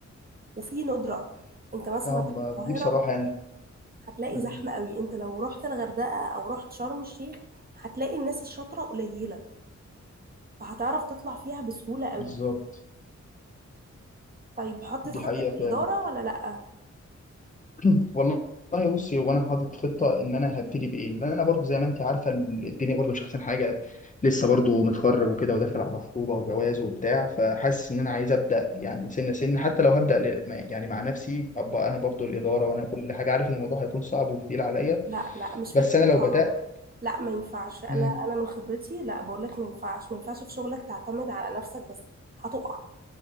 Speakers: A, on the right; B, on the left.
A: وفي ندرة انت مثلا
B: اه
A: في
B: ما
A: القاهرة
B: دي بصراحه يعني
A: هتلاقي
B: مم.
A: زحمة قوي انت لو رحت الغردقة او رحت شرم الشيخ هتلاقي الناس الشاطرة قليلة فهتعرف تطلع فيها بسهولة قوي
B: بالظبط
A: طيب حطيت
B: دي
A: خطة
B: حقيقه
A: للإدارة
B: فعلا
A: ولا لأ؟
B: <clears throat> والله والله بصي هو انا حاطط خطه ان انا هبتدي بايه لان انا برضو زي ما انت عارفه الدنيا برضو مش احسن حاجه لسه برضو متخرج وكده وداخل على خطوبه وجواز وبتاع فحاسس ان انا عايز ابدا يعني سنه سنه حتى لو هبدا ل- ما- يعني مع نفسي ابقى انا برضو الاداره وانا كل حاجه عارف ان الموضوع هيكون صعب وتقيل عليا
A: لا لا مش فكرة
B: بس انا لو
A: صعبة
B: بدات
A: لا ما ينفعش انا
B: امم
A: انا من خبرتي لا بقول لك ما ينفعش ما ينفعش في شغلك تعتمد على نفسك بس هتقع